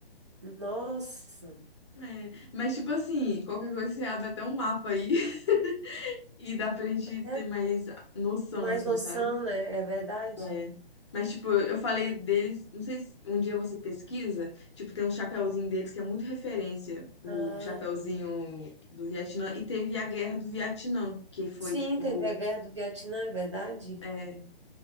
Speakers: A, on the right (about 30°); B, on the left (about 30°).
A: Nossa.
B: É, Mas, tipo assim, qualquer coisa você abre até um mapa aí <laughs> e dá pra gente
A: É
B: ter mais noção,
A: mais
B: assim,
A: noção,
B: sabe?
A: né? É verdade.
B: É. Mas, tipo, eu falei deles, não sei se um dia você pesquisa, tipo, tem um chapeuzinho deles que é muito referência, o
A: Ah,
B: chapeuzinho do Vietnã, e teve a guerra do Vietnã, que foi,
A: sim,
B: tipo,
A: teve a Guerra do Vietnã, é verdade?
B: é,